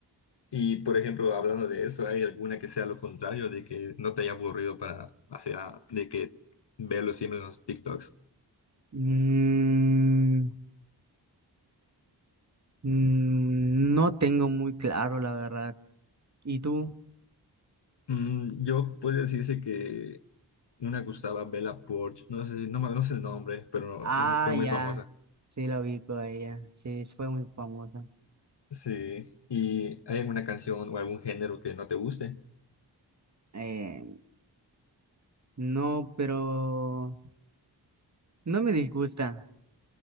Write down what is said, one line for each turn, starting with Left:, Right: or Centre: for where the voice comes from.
Left: Y, por ejemplo, hablando de eso, ¿hay alguna que sea lo contrario, de que no te haya aburrido para, o sea, de que verlo siempre en los TikToks?
Right: Mm, mm, no tengo muy claro, la verdad. ¿Y tú?
Left: Mm, yo puedo decirse que Una que usaba Bella Poarch, no sé, si- no, me- no sé el nombre, pero
Right: Ah,
Left: no- fue muy
Right: ya.
Left: famosa.
Right: Sí, la ubico a ella. Sí, fue muy famosa.
Left: Sí, ¿y hay alguna canción o algún género que no te guste?
Right: Eh, no, pero no me disgusta.